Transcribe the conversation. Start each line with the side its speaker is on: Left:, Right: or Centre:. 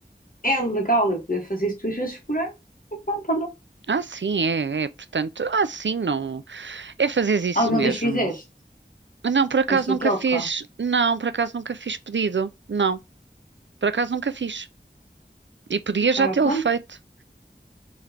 Left: É legal eu poder fazer isso duas vezes por ano. E pronto, olha.
Right: Ah, sim, é, é. Portanto, ah, sim, não. É fazer isso
Left: Alguma
Right: mesmo.
Left: vez fizeste
Right: Não, por acaso
Left: esta
Right: nunca
Left: troca?
Right: fiz. Não, por acaso nunca fiz pedido. Não, por acaso nunca fiz. E podia já
Left: Ah,
Right: tê-lo
Left: pronto,
Right: feito.